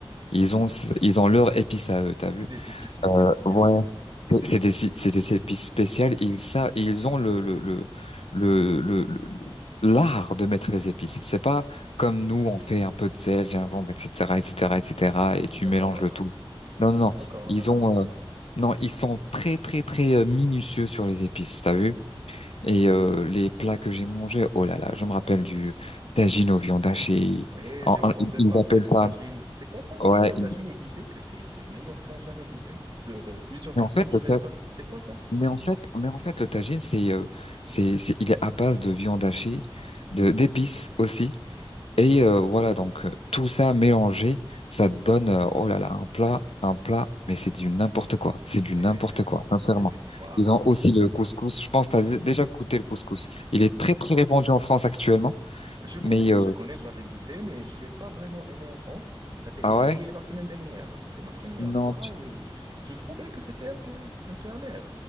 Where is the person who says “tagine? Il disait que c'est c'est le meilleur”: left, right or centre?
Right